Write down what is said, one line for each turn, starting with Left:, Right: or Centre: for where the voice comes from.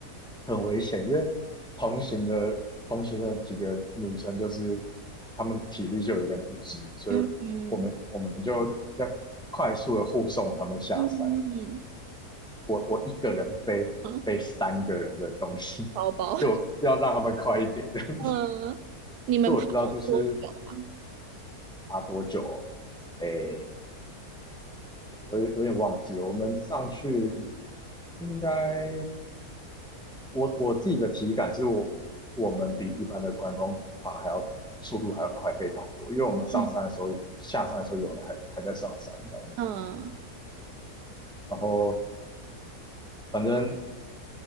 Centre: 很危险，因为同行的同行的几个女生就是她们体力就有点不支，所以我们我们就要快速的护送她们下山。
Right: 嗯嗯嗯
Centre: 我我一个人背背三个人的东西，
Right: 嗯，包包，
Centre: 就要让他们快一点。<laughs>
Right: <laughs> 嗯，你们爬了多久啊？
Centre: 因为我知道就是爬多久哦，诶，我有有点忘记了，我们上去应该我我自己的体感是我我们比一般的观光团还要速度还要快非常多，因为我们上山的时候、
Right: 嗯
Centre: 下山的时候，有人还还在上山，你知道吗？
Right: 嗯
Centre: 然后反正